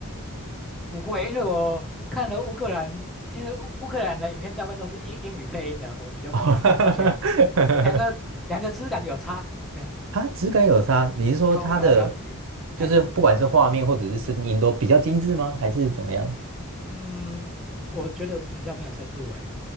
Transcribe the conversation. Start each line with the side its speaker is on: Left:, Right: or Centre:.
Centre: 不会，因为我看了乌克兰，因为乌乌克兰的影片大部分都是英英语配音的，我比较不喜欢看，
Right: <laughs>
Centre: 而且两个两个质感有差，哎，
Right: 它质感有差，你是说它的
Centre: 有有有，
Right: 就是不管是画面或者是声音都比较精致吗？
Centre: 哎，
Right: 还是怎么样
Centre: 嗯，我觉得比较没有深度，哎，